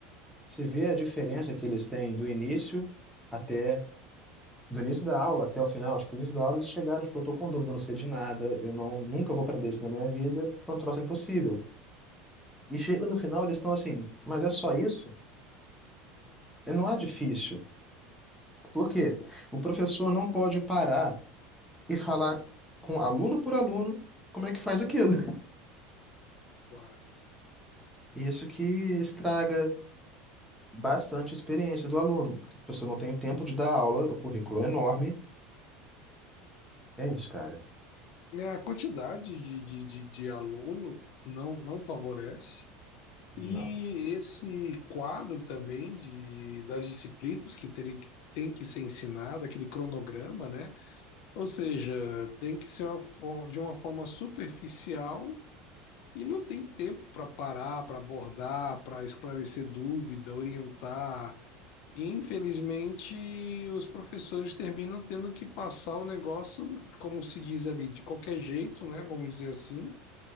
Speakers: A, in the centre; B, on the left.
A: se vê a diferença que eles têm do início até do início da aula até o final, tipo, o início da aula eles chegaram, tipo, eu tô com dúvida, eu não sei de nada, eu não nunca vou aprender isso na minha vida, porque é um troço impossível. E chega no final, eles estão assim, mas é só isso? E Não é difícil. Por quê? O professor não pode parar e falar com aluno por aluno como é que faz aquilo.
B: Claro.
A: E isso que estraga bastante a experiência do aluno, porque o professor não tem o tempo de dar aula, o currículo é enorme. É isso, cara.
B: A quantidade de, de, de, de aluno não, não favorece.
A: Não,
B: E esse quadro também de, das disciplinas que terem que tem que ser ensinada aquele cronograma, né? Ou seja, tem que ser uma fo- de uma forma superficial e não tem tempo para parar, para abordar, para esclarecer dúvida, orientar. E, infelizmente, os professores terminam tendo que passar o negócio, como se diz ali, de qualquer jeito, né? Vamos dizer assim